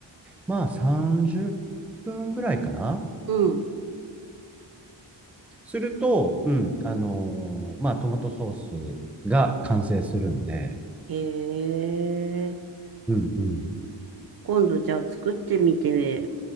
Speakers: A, in the centre; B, on the right.
A: まあ、30分ぐらいかな。
B: うん。
A: すると、うん、あのまあ、トマトソースが完成するんで、
B: へえ。
A: うんうん。
B: 今度じゃあ作ってみて